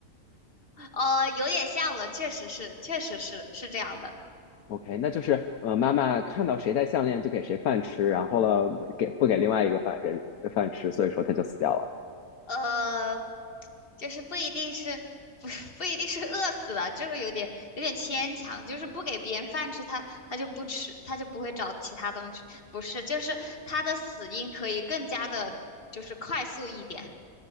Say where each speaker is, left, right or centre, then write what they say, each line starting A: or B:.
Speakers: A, on the left; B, on the left.
A: 呃，有点像了，确实是，确实是是这样的，
B: ？OK，那就是呃，妈妈看到谁戴项链就给谁饭吃，然后了给不给另外一个饭人呃饭吃，所以说他就死掉了。
A: 呃，就是不一定是不不一定是饿死的，这个有点有点牵强，就是不给别人饭吃，他他就不吃，他就不会找其他东西，不是，就是他的死因可以更加的，就是快速一点，